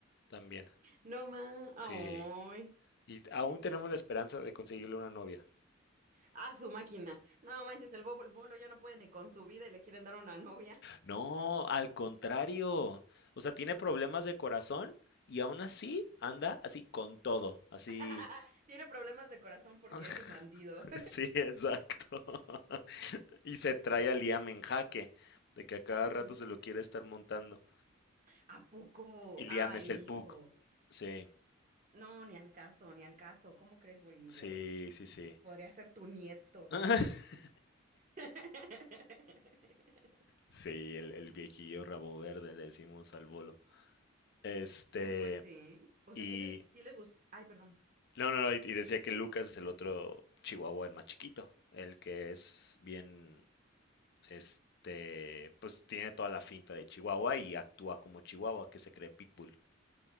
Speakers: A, on the left (about 55°); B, on the right (about 40°).
A: también.
B: No más. Ay.
A: Sí, y aún tenemos la esperanza de conseguirle una novia.
B: A su máquina. No manches, el, bo- el bolo ya no puede ni con su vida y le quieren dar una novia.
A: No, al contrario. O sea, tiene problemas de corazón y aún así anda así con todo, así.
B: <laughs> Tiene problemas de corazón porque
A: <laughs>
B: es un bandido.
A: Sí, exacto. <laughs> Y se trae a Liam en jaque, de que a cada rato
B: <laughs>
A: se lo quiere estar montando.
B: ¿A poco?
A: Y Liam
B: Ay,
A: es
B: mi
A: el Puck.
B: hijo.
A: Sí,
B: No, ni al caso, ni al caso. ¿Cómo crees, bolillo?
A: sí, sí, sí.
B: Podría ser tu nieto.
A: <laughs>
B: <laughs>
A: Sí, el, el viejillo rabo verde le decimos al bolo. Este,
B: Qué fuerte, ¿eh? O
A: y
B: sea, sí les, sí les gusta. Ay, perdón.
A: No, no, no, y y decía que Lucas es el otro chihuahua, el más chiquito, el que es bien, este, pues tiene toda la finta de chihuahua y actúa como chihuahua, que se cree pitbull.